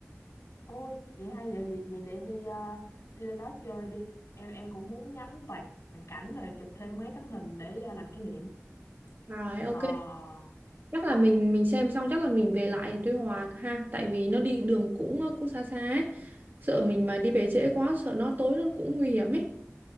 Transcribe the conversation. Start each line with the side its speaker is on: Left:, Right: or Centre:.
Left: Ôi, vậy hay giờ vậy, vậy để đi à, đi lên đó chơi đi. Em em cũng muốn ngắm toàn cảnh rồi chụp thêm mấy tấm hình để à, làm kỷ niệm.
Right: Rồi ok,
Left: Ờ
Right: chắc là mình mình xem xong chắc là mình về lại Tuy Hòa ha tại vì nó đi đường cũng ờ, cũng xa xa ấy sợ mình mà đi về trễ quá sợ nó tối nó cũng nguy hiểm ấy